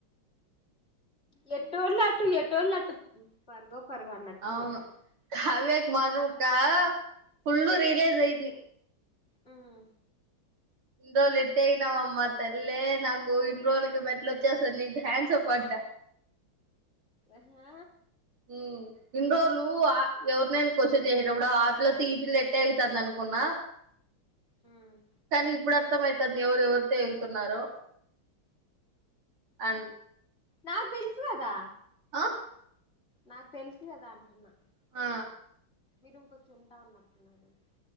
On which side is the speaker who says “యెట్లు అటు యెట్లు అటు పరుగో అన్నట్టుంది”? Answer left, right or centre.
Left